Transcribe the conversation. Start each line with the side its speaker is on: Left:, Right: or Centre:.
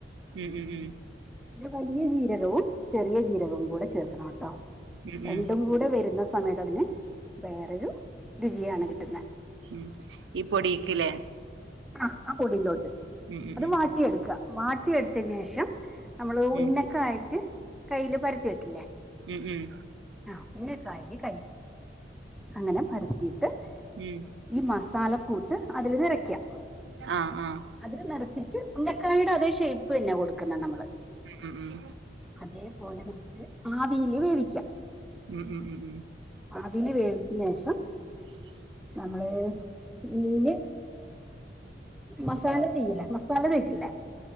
Right: ഉം
Centre: അത് വലിയ ജീരകവും ചെറിയ ജീരകവും കൂടെ ചേർക്കണം കേട്ടോ
Right: ഉം
Centre: രണ്ടും
Right: ഉം
Centre: കൂടെ വരുന്ന സമയത്ത് അതിന് വേറൊരു രുചിയാണ് കിട്ടുന്നത്.
Right: ഉം ഈ പൊടക്കില്ലേ
Centre: ആ ആ പൊടിയിലോട്ട്
Right: ഉം ഉം
Centre: അത്
Right: ഉം
Centre: വാട്ടിയെടുക്ക വാട്ടിയെടുത്തന് ശേഷം നമ്മള് ഉന്നക്ക
Right: ഉം
Centre: ആായിട്ട കയ്യില് പരത്തി വെക്കില്ലേ
Right: ഉം ഉം
Centre: ആ കയ്യിൽ അങ്ങനെ പിരുത്തിയിട്ട്
Right: ഉം
Centre: ഈ മസാല കൂ അതില് നിറയ്ക്കാം
Right: ആഹ് ആഹ്
Centre: അതില് നിറച്ചിട്ട് ഉന്നക്കായുടെ അതേ ഷെയ്പ്പ് തന്നെ കൊടുക്കുന്ന നമ്മള്
Right: ഉം ഉം
Centre: അതേപോലെ നമ്മള് ആവിൽ വേവിക്കാം
Right: ഉം ഉം
Centre: അതിന് വേവിച്ച ശേഷം
Right: ഹും
Centre: നമ്മള് ഇന് മസാല തേക്കില്ലേ